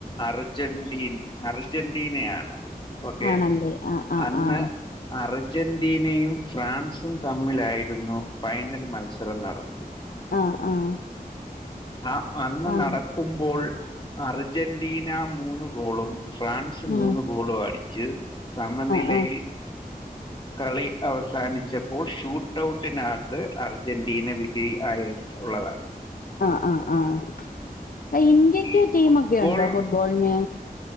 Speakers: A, on the left; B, on the left.
A: അർജന്റീൻ അർജന്റീനയാണ് ഓക്കെ
B: ആണല്ലേ ആഹ് ആഹ്
A: അന്ന്
B: ആഹ്
A: അർജന്റീനയും ഫ്രാൻസും തമ്മിലായിരുന്നു ഫൈനൽ മത്സരം നടന്നിരുന്നത്
B: ആഹ് ആഹ്
A: ആഹ് അന്ന്
B: ആഹ്
A: നടക്കുമ്പോൾ അർജന്റീന മൂന്ന് ഗോളും ഫ്രാൻസ്
B: ഉം
A: മൂന്ന്
B: ആഹ്
A: ഗോളും അടിച്ച് സമനിലയിൽ
B: ആഹ്
A: കളി അവസാനിച്ചപ്പോൾ ഷൂട്ട ഔട്ടിനകത്ത് അർജന്റീന വിജയി ആയി ഉള്ളതാണ്
B: ആഹ് ആഹ് ആഹ് പ്പ ഇന്ത്യക്ക്
A: ഈ
B: ടീമൊക്കെ
A: ഫുട്ബോൾ
B: ഒണ്ടോ ഫുട്ബോൾന്